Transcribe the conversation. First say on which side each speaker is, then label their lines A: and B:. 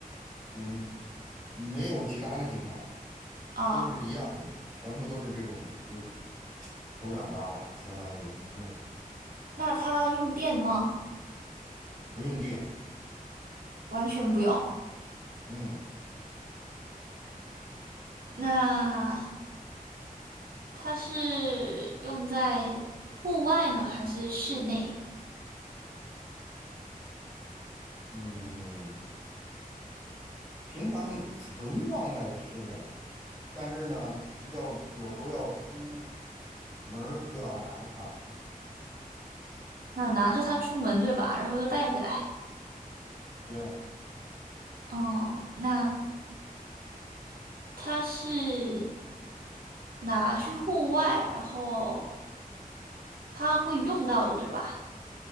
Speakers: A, on the right; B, on the right.
A: 嗯，没有其他的型号，
B: 啊，
A: 都是一样的，全部都是这种，就手掌大吧，相当于，嗯，
B: 那它用电吗？
A: 不用电，
B: 完全不用。
A: 嗯
B: 那它是用在户外呢，还是室内？
A: 嗯，平常存放在室内，但是呢，要有时候要出门儿就要拿着它，
B: 那拿着它出门，对吧？然后又带回来。
A: 对，
B: 嗯，那它是拿去户外，然后它会用到的，对吧？